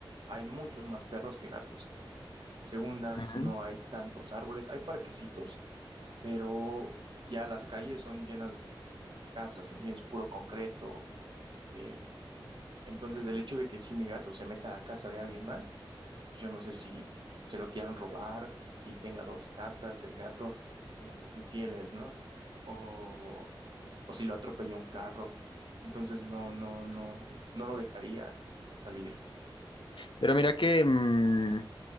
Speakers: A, on the right (about 65°); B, on the left (about 70°).
A: hay muchos más perros que gatos. Segunda,
B: Ujú.
A: no hay tantos árboles. Hay parquecitos, pero ya las calles son llenas de, de casas, ¿entiendes? Puro concreto. eh, entonces, el hecho de que si mi gato se meta a la casa de alguien más, pues yo no sé si se lo quieran robar, si tenga dos casas el gato, como infieles, ¿no? O, o si lo atropella un carro. Entonces, no, no, no, no lo dejaría salir.
B: Pero mira que... mm,